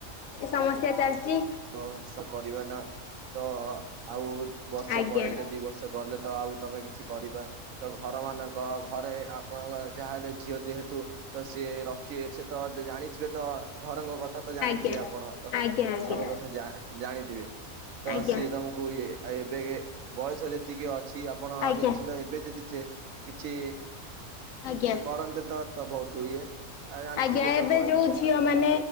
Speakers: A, on the left; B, on the right.
A: ଏ ସମସ୍ୟା ଚାଲିଚି।
B: ତ ସେ କରିବା ନା, ତ ଆଉ ବର୍ଷେ
A: ଆଜ୍ଞା
B: ପଳେଇଲେ ଦି ବର୍ଷେ ଗଲେ ତ ଆଉ ତୋମେ କିଛି କରିବା, ତ ଘର ମାନଙ୍କ ଘରେ ଆପଣଙ୍କ ଯାହା ହେଲେ ଝିଅ ଯେହେତୁ ତ ସିଏ ରଖିବେ ସେ ତ ଦ-ଜାଣିଥିବେ ତ ଘରଙ୍କ କଥା ତ ଜାଣିଥିବେ
A: ଆଜ୍ଞା।
B: ଆପଣ ତ
A: ଆଜ୍ଞା ଆଜ୍ଞା ଆଜ୍ଞା
B: ସବୁ କ ଥ ଜା-ଜାଣିଥିବେ ତ
A: ଆଜ୍ଞା
B: ସିଏ ତୋମକୁ ଏ ଏବେ କେ ବୟସ ଯେତିକି ଅଛି ଆପଣ
A: ଆଜ୍ଞା
B: ନିଶ୍ଚିନ୍ତ ଏବେ ଯଦି ଚେ- କିଛି
A: ଆଜ୍ଞା।
B: କି କରନ୍ତେ ତ ତ ବହୁତ ଇଏ ଆଉ ଜାଣିଥିବେ
A: ଆଜ୍ଞା ଏବେ
B: ତ କହିଲି
A: ଯୋଉ
B: କଣ?
A: ଝିଅ ମାନେ